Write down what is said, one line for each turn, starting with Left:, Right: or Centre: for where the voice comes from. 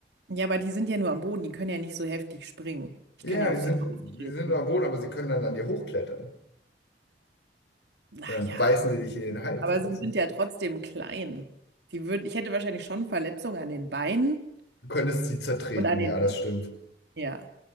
Right: Ja, aber die sind ja nur am Boden, die können ja nicht so heftig springen. Ich
Left: Ja,
Right: kann ja
Left: die
Right: auf
Left: sind,
Right: sie drauftreten.
Left: die sind am Boden, aber sie können dann an dir hochklettern.
Right: Naja,
Left: Und dann beißen sie dich in den Hals
Right: aber
Left: oder
Right: sie
Left: so.
Right: sind ja trotzdem klein. Die würden, ich hätte wahrscheinlich schon Verletzungen an den Beinen
Left: Du könntest sie zertreten,
Right: und an den
Left: ja,
Right: Händen.
Left: das stimmt. Du
Right: Ja,